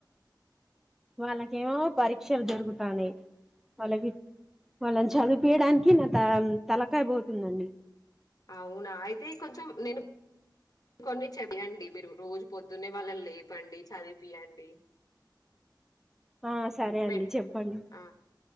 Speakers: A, in the centre; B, on the left.
A: వాళ్ళకేమో పరిషాలు జరుగుతాయి వాళ్ళకి వాళ్ళని చదువు పీయడానికి నా త తలకాయ పోతుందండి
B: అవునా అయితే కొంచెం నేను కొన్ని చెదిండి మీరు రోజు పొద్దునే వాళ్ళని లేపండి చదివిపియండి
A: ఆ సరే
B: మే
A: అండి చెప్పండి
B: ఆ